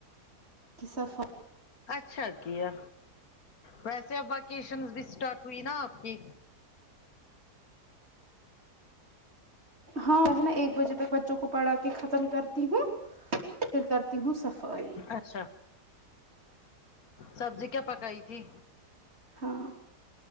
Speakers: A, on the right (about 40°); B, on the left (about 65°).
A: کی صفائی
B: اچھا کیا ویسے اب ویکیشن بھی اسٹارٹ ہوئی نا آپ کی
A: ہاں نا ایک بجے تک بچوں کو پڑھا کے ختم کرتی ہوں پھر کرتی ہوں صفائی
B: اچھا سبزی کیا پکائی تھی
A: ہاں